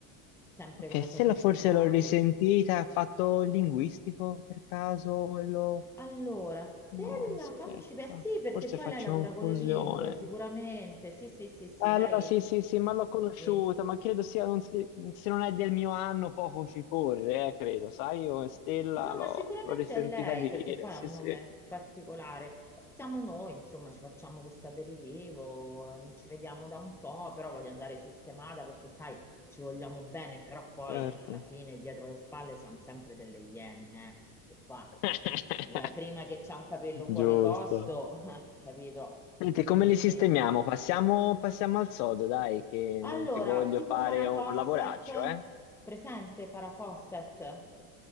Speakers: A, in the centre; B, on the left.
A: sempre
B: Ok,
A: con la
B: Stella
A: sua cervicale.
B: forse l'ho risentita, ha fatto linguistico per caso quello...
A: Allora, Stella,
B: No, aspetta,
A: fammi ci pe- sì, perché
B: forse
A: poi
B: faccio
A: lei lavora con
B: confusione.
A: le lingue, sicuramente, sì, sì, sì, sì,
B: Ah,
A: lei...
B: Allora sì, sì, sì, ma l'ho conosciuta,
A: sì.
B: ma credo sia, non si- se non è del mio anno poco ci corre, eh, credo, sai, io Stella
A: No,
B: l'ho
A: ma sicuramente
B: l'ho risentita
A: è lei,
B: dire,
A: perché poi
B: sì,
A: ha un
B: sì,
A: nome particolare. Siamo noi, insomma, ci facciamo questo aperitivo, ehm, ci vediamo da un po', però voglio andare sistemata perché, sai, ci vogliamo bene, però poi
B: certo.
A: alla fine dietro le spalle siamo sempre delle iene, eh? Che qua
B: <laughs>
A: la prima che c'ha un capello fuori
B: Giusto.
A: posto, <laughs> capito?
B: Senti,
A: Quindi
B: come li sistemiamo?
A: devi andare.
B: Passiamo, passiamo al sodo, dai, che
A: Allora,
B: non ti voglio
A: tipo
B: fare
A: Farah
B: un
A: Fawcett,
B: lavoraccio, eh?
A: presente Farah Fawcett?